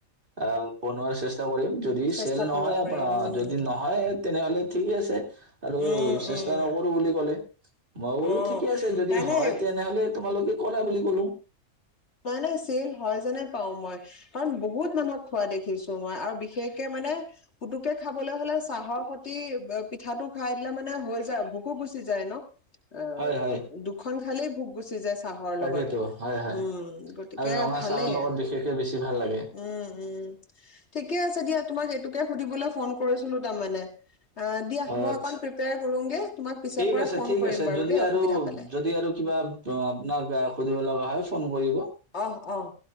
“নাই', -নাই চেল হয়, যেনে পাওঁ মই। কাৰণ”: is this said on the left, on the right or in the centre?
Left